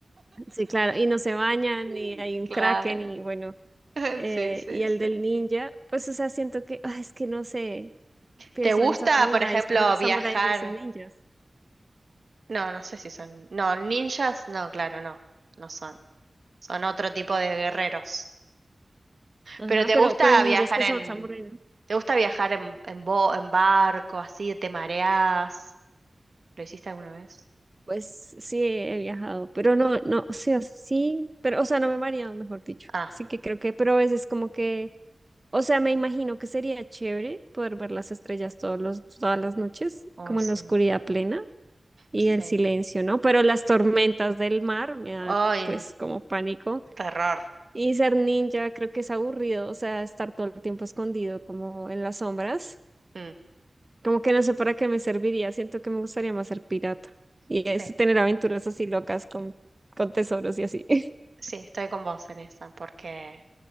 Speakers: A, on the right; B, on the right.
A: sí, claro, y no se bañan,
B: <laughs>
A: y hay un
B: Claro.
A: Kraken, y bueno,
B: <laughs>
A: eh,
B: Sí, sí,
A: y el
B: sí.
A: del ninja, pues, o sea, siento que, ah, es que no sé, pienso
B: ¿Te gusta,
A: en samuráis,
B: por ejemplo,
A: pero los
B: viajar?
A: samuráis no son ninjas,
B: No, no sé si son... No, ninjas, no, claro, no, no son. Son otro tipo de guerreros.
A: ajá,
B: Pero ¿te
A: pero,
B: gusta
A: pero hay ninjas
B: viajar
A: que
B: en...
A: son samuráis, ¿no?
B: ¿Te gusta viajar en, en, bo- en barco, así, te mareás? ¿Lo hiciste alguna vez?
A: Pues sí, he viajado, pero no, no, sí, o sea, sí, pero, o sea, no me he mareado, mejor dicho,
B: Ah,
A: así que creo que, pero a veces como que O sea, me imagino que sería chévere poder ver las estrellas todos los, todas las noches,
B: hoy
A: como
B: sí,
A: en la oscuridad plena y
B: sí.
A: el silencio, ¿no? Pero las tormentas del mar me dan
B: Ay,
A: pues como pánico.
B: terror.
A: Y ser ninja creo que es aburrido, o sea, estar todo el tiempo escondido como en las sombras.
B: Mm,
A: Como que no sé para qué me serviría, siento que me gustaría más ser pirata. Y
B: sí,
A: es tener aventuras así locas con, con tesoros y así. <laughs>
B: sí, estoy con vos en esa, porque